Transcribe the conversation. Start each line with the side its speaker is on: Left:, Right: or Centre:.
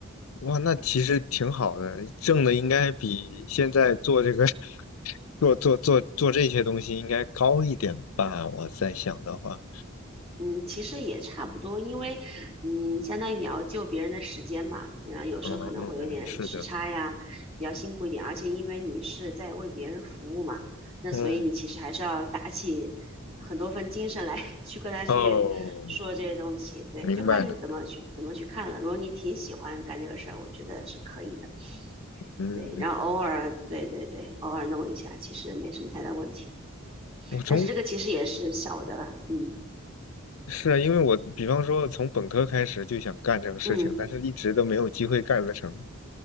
Left: 哇，那其实挺好的，挣的应该比现在做这个 <laughs> 做做做做这些东西应该高一点吧？我在想的话，
Right: 嗯，其实也差不多，因为嗯，相当于你要救别人的时间嘛，然后有时候可能会有点时差呀，
Left: 嗯嗯嗯，是的，
Right: 比较辛苦一点，而且因为你是在为别人服务嘛，那所以你其实还是要打起很多份精神来
Left: 嗯，
Right: <laughs> 去跟他去说这些东西，
Left: 哦，
Right: 对，
Left: 明白了，
Right: 就看你怎么去怎么去看了。如果你挺喜欢干这个事儿，我觉得是可以的，
Left: 嗯。
Right: 对，然后偶尔，对对对，偶尔弄一下，其实没什么太大问题，
Left: 我从
Right: 但是这个其实也是小的了，嗯
Left: 是啊，因为我比方说从本科开始就想干这个事情，
Right: 嗯，
Left: 但是一直都没有机会干得成。